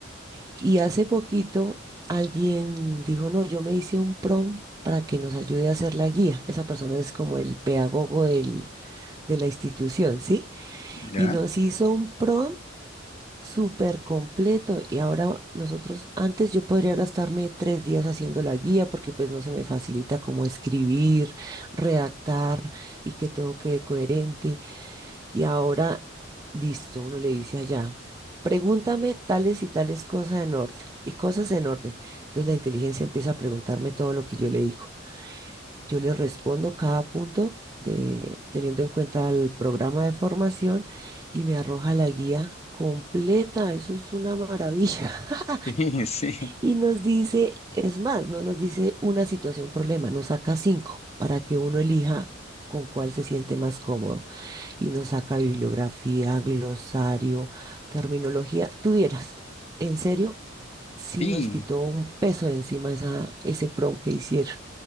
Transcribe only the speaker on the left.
¿Ya?
<laughs>
Sí, sí,
sí,